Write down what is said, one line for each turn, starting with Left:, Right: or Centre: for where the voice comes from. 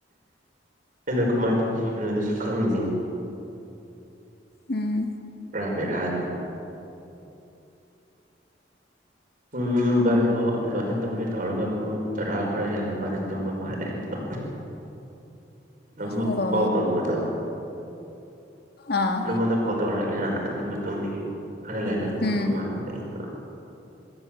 Right: ꯑꯩꯅ ꯀꯃꯥꯏ ꯇꯨꯝꯈꯤꯕꯅꯣ ꯑꯗꯨꯁꯨ ꯈꯪꯉꯤꯅꯤ
Left: ꯎꯝ
Right: ꯄꯔꯥ ꯕꯦꯔꯥꯅꯤ ꯄꯨꯡ ꯕꯥꯔꯣ ꯑꯗꯨꯃꯥꯏꯅ ꯇꯨꯝꯒꯦ ꯇꯧꯔꯒ ꯄꯨꯡ ꯇꯔꯥ ꯈꯔ ꯍꯦꯜꯂꯀꯥꯟꯗ ꯇꯨꯝꯕ ꯃꯥꯜꯂꯦ ꯑꯩꯗꯣ ꯅꯪꯕꯨ
Left: ꯑꯣ
Right: ꯀꯣꯜ ꯇꯧꯕꯗꯣ
Left: ꯑꯥ
Right: ꯅꯪꯉꯣꯟꯗ ꯀꯣꯜ ꯇꯧꯔꯛꯏꯅ ꯑꯗꯨ ꯃꯇꯨꯡꯗꯒꯤ ꯈꯔ ꯂꯩꯔ ꯇꯨꯝꯕ
Left: ꯎꯝ
Right: ꯃꯥꯜꯂꯦ ꯑꯩꯗꯣ